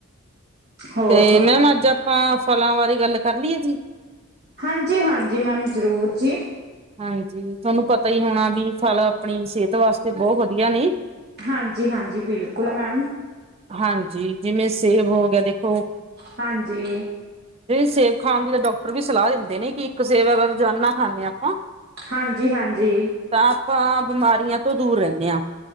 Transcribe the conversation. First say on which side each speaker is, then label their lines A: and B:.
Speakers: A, on the right; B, on the right.
A: ਹੋਰ
B: ਤੇ
A: ਥੋ
B: ਮੈਮ ਅੱਜ ਆਪਾਂ ਫਲਾਂ ਬਾਰੇ ਗੱਲ ਕਰ ਲਈਏ ਜੀ।
A: ਹਾਂਜੀ ਹਾਂਜੀ ਮੈਮ। ਜ਼ਰੂਰ ਜੀ।
B: ਹਾਂਜੀ ਤੁਹਾਨੂੰ ਪਤਾ ਹੀ ਹੋਣਾ ਵੀ ਫਲ ਆਪਣੀ ਸਿਹਤ ਵਾਸਤੇ ਬਹੁਤ ਵਧੀਆ ਨੇ
A: ਹਾਂਜੀ ਹਾਂਜੀ ਬਿਲਕੁਲ ਮੈਮ।
B: ਹਾਂਜੀ ਜਿਵੇਂ ਸੇਬ ਹੋ ਗਿਆ ਦੇਖੋ।
A: ਹਾਂਜੀ।
B: ਸੇਬ ਖਾਣ ਦੀ ਤਾਂ ਡਾਕਟਰ ਵੀ ਸਲਾਹ ਦਿੰਦੇ ਨੇ ਕਿ ਇੱਕ ਸੇਬ ਅਗ ਰੋਜ਼ਾਨਾ ਖਾਂਦੇ ਹਾਂ ਆਪਾਂ।
A: ਹਾਂਜੀ ਹਾਂਜੀ।
B: ਤਾਂ ਆਪਾਂ ਬਿਮਾਰੀਆਂ ਤੋਂ ਦੂਰ ਰਹਿੰਦੇ ਹਾਂ।